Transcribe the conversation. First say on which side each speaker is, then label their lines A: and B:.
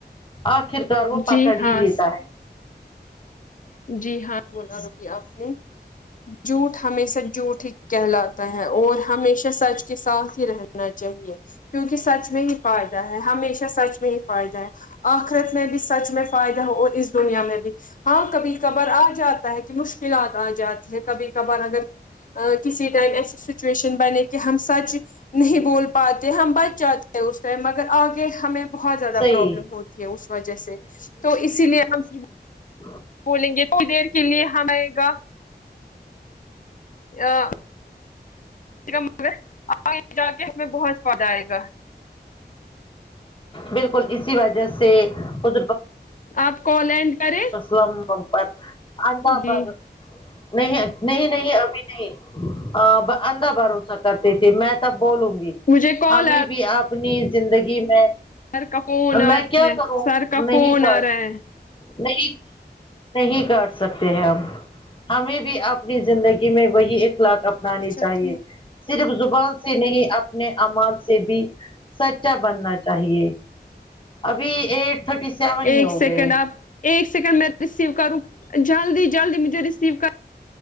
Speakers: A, on the left; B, on the left.
A: آخر کار وہ پکڑ
B: جی ہاں
A: ہی لیتا ہے
B: جی ہاں بلا آپ نے جھوٹ ہمیشہ جھوٹ ہی کہلاتا ہے اور ہمیشہ سچ کے ساتھ ہی رہنا چاہیے کیونکہ سچ میں ہی فائدہ ہے ہمیشہ سچ میں ہی فائدہ ہے آخرت میں بھی سچ میں فائدہ ہو اور اس دنیا میں بھی ہاں کبھی کبھار آ جاتا ہے کہ مشکلات آ جاتی ہے کبھی کبھار اگر کسی ٹائم ایسی سچویشن بنے کہ ہم سچ نہیں بول پاتے ہم بچ جاتے اس ٹائم اگر آگے ہمیں بہت زیادہ
A: صحیح
B: پروابلم ہوتی ہے اس وجہ سے تو اسی لیے ہم صرف
A: ہاں
B: بولیں گے تھنی دیر کے لیے ہم آئے گا ا مگر آگے جا کے اس میں بہت پدہ آئے گا
A: بالکل اسی وجہ سے حر
B: آپ کوال اینڈ کریں
A: اسلم پر آڈا
B: جی
A: پر نہیں نہیں نہیں ابھی نہیں ا اندا بھروسہ کرتے تھے میں تب بولوں گی
B: مجھے کال
A: ہمیں
B: آ
A: بھی اپنی زندگی میں
B: رہا ہے، سر کا فون آ
A: میں
B: رہا
A: کیا
B: ہے
A: کروں
B: سر کا
A: نہیں
B: فون
A: کر
B: آ رہا ہے
A: نہیں نہیں کاٹ سکتے ہیں ہم ہمیں بھی اپنی زندگی میں وہی اخلاق نانے
B: اچھا
A: چاہیے
B: ٹھیک
A: صرف زبان سے نہیں اپنے امال سے بھی سچا بننا چاہیے ابھی ایٹ تھرٹی سیون ہی
B: ایک
A: ہو
B: سیکنڈ
A: گئے
B: آپ ایک سیکنڈ میں ریسیو کروں جلدی جلدی مجھے ریسیو کر